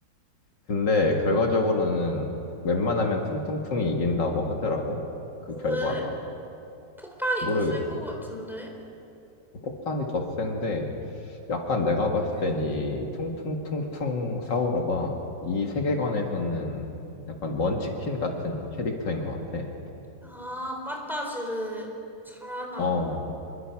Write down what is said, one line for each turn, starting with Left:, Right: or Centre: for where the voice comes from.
Left: 근데 결과적으로는 웬만하면 퉁퉁퉁이 이긴다고 하더라고. 그
Centre: 왜?
Left: 결과가.
Centre: 폭탄이
Left: 모르겠어.
Centre: 더 셀 것 같은데?
Left: 폭탄이 더 센데 약간 내가 봤을 땐 이 퉁퉁퉁퉁 사우루가 이 세계관에서는 약간 먼치킨 같은 캐릭터인 것 같아.
Centre: 아, 빠따지를 잘하나
Left: 어,
Centre: 봐.